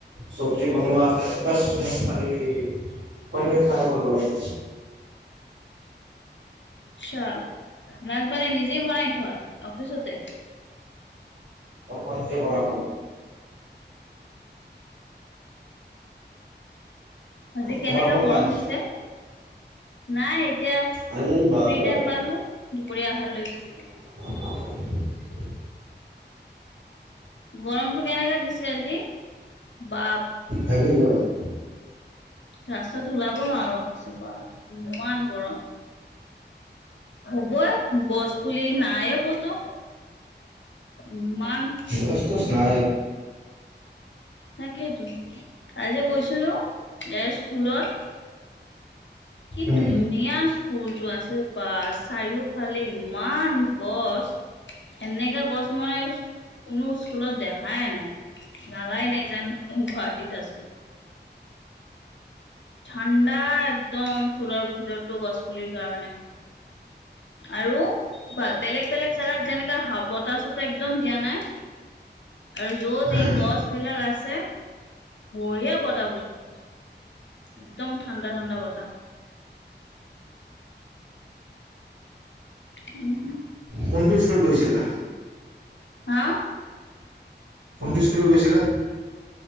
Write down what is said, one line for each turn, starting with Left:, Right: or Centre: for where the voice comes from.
Right: চব্জি বনোৱা আছে বচ‌ তোমাক খালি কৰি আছো আৰু কৰিব লাগে।
Left: আচ্ছা লাঞ্চ মানে নিজেই বনাই থয় অফিচতে?
Right: অ মই নিজেই বনাই খাওঁ।
Left: আজি কেনেকা
Right: তোমাৰ হ'ল
Left: গৰম
Right: লাঞ্চ
Left: দিছে? নাই এতিয়া ফ্ৰী
Right: আজি বাপৰে বাপ
Left: টাইম পালো দুপৰীয়া অহাৰ লৈ বহিলোঁ।
Right: <unintelligible>
Left: গৰমতটো কেনেকা দিছে আজি বা
Right: হেৱি গৰম।
Left: ৰাস্তাত ওলাব নোৱাৰো হৈছোঁ বা ইমান গৰম। হ'বই গছ পুলি নাইে ক'তো। ইমান
Right: গছ টছ নাই ইয়াত।
Left: তাকেইেতো আজি গৈছিলো এ স্কুলত কি
Right: উম
Left: ধুনীয়া স্কুলটো আছিল। বা চাৰিওফালে ইমান গছ এনেকাে গছ মই কোনো স্কুলত দেখাই নাই লগাই নাই যেন মই গুৱাহাটীত আছোঁ। ঠাণ্ডা একদম ফুলৰ ভিতৰতটো গছ পুলিৰ কাৰণে। আৰু বেলেগ বেলেগ জেগাত যেনেকা হা বতাহ চতাহ একদম দিয়া নাই আৰু য'ত
Right: উম
Left: এই গছ বিলাক আছে। বঢ়িয়া বতাহ বয় থাকে একদম ঠাণ্ডা ঠাণ্ডা বতাহ। উম।
Right: কোনটো স্কুলত গৈছিলা?
Left: হা?
Right: কোনটো স্কুললৈ গৈছিলা?